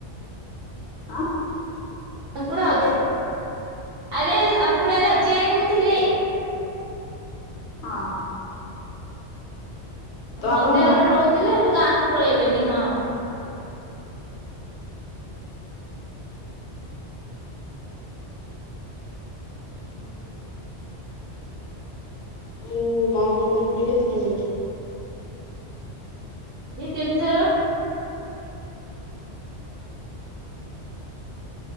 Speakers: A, on the left; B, on the right.
A: ଆଁ
B: ଆରେ ଆଙ୍କୁଡ଼ା ଆରେ ଆଙ୍କୁଡାରେ ଅଜା ଆଈ ରହୁଥିଲେ।
A: ହଁ। ତମେମାନେ
B: ମନ୍ଦିରରେ
A: ରହୁନାହାନ୍ତି।
B: ରହୁଥିଲେ ଏବେ ଗାଁ କୁ ପଳେଇଲେଣି ହଁ।
A: ହୁଁ ହୁଁ। ମୁଁ ବାହାଘର ପରେ ପୁରୀ କେତେଥର ଯାଇଛୁ?
B: ଦି ତିନି ଥର।